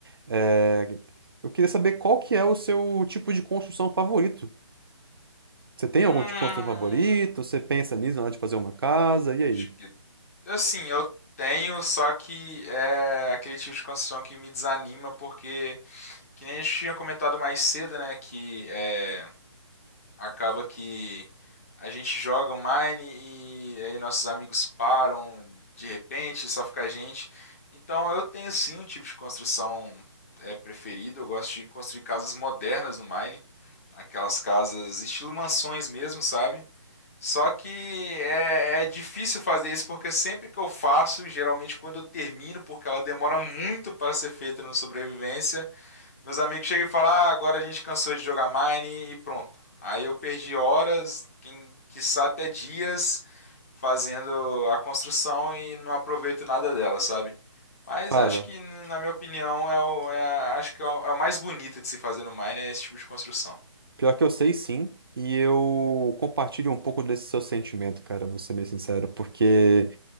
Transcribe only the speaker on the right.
é, eu queria saber qual que é o seu tipo de construção favorito. Você tem
algum tipo de construção favorito? Você pensa nisso na hora de fazer uma casa? E aí?
Cara,
pior que eu sei sim, e eu compartilho um pouco desse seu sentimento, cara, vou ser bem sincero, porque,